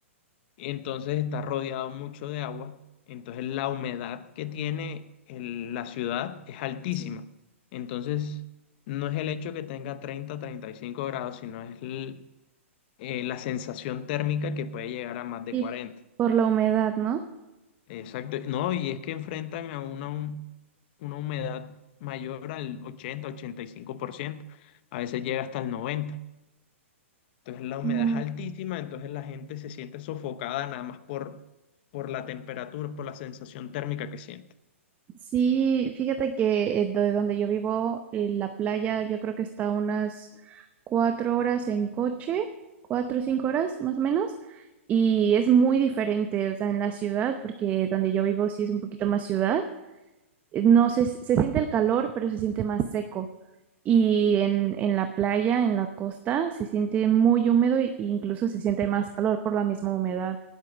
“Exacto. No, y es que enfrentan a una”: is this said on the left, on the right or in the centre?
Left